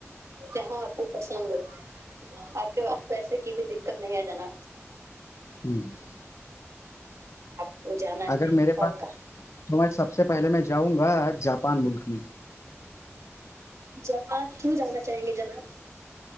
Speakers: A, on the right; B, on the left.
A: جہاں آپ کو پسند ہو آپ کے پاس پیسے کی بھی دقت نہیں ہے جناب
B: ہوں <inaudible>
A: آپ کو جانا
B: اگر
A: ہے
B: میرے
A: تو
B: پاس
A: آپ کا
B: تو میں سب سے پہلے میں جاؤں گا جاپان ملک میں
A: جاپان کیوں جانا چاہیں گے جناب